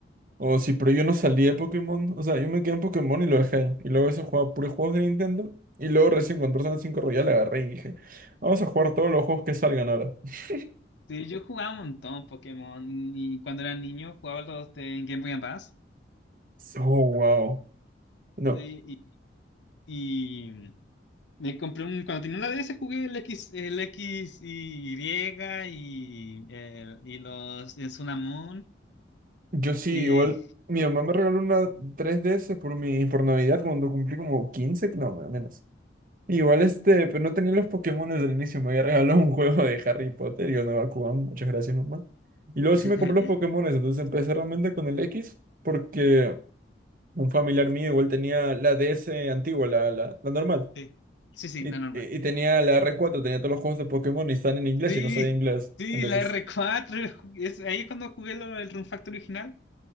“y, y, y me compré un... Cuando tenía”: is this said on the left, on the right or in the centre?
Left